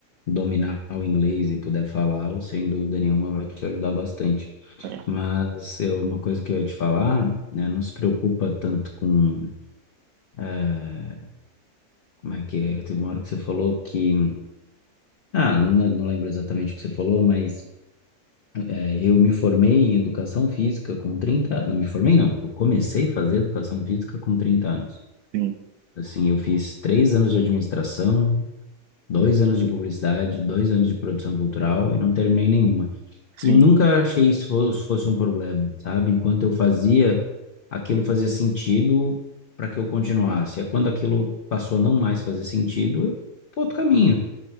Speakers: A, on the left; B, on the right.
A: dominar o inglês e puder falá-lo, sem dúvida nenhuma vai te ajudar bastante.
B: é,
A: Mas é uma coisa que eu ia te falar, né, não se preocupa tanto com, eh, como é que é? Teve uma hora que você falou que, ah, não, não lembro exatamente o que você falou, mas eh, eu me formei em educação física com 30, não me formei não, eu comecei a fazer educação física com 30 anos.
B: sim,
A: Assim, eu fiz três anos de administração, dois anos de publicidade, dois anos de produção cultural e não terminei nenhuma.
B: sim,
A: E nunca achei isso fosse, fosse um problema, sabe? Enquanto eu fazia, aquilo fazia sentido para que eu continuasse. É quando aquilo passou a não mais fazer sentido, eu fui para outro caminho,